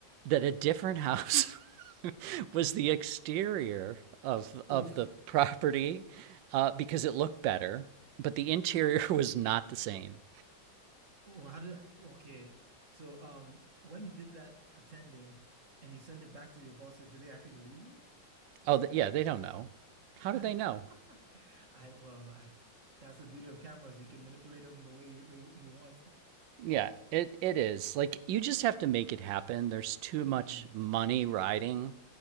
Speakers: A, on the right; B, on the right.
A: that a different house <laughs> was the exterior of of
B: Oof.
A: the property uh, because it looked better, but the interior <laughs> was not the same.
B: Oh, how did I, okay. So, um, when you did that pretending and you sent it back to your bosses, did they actually believe you?
A: Oh, th yeah, they don't know. How do
B: <laughs>
A: they know?
B: I well, I that's the beauty of cameras. You can manipulate them the way you they, you want.
A: Yeah, it it is. Like you just have to make it happen. There's too
B: Mm,
A: much money riding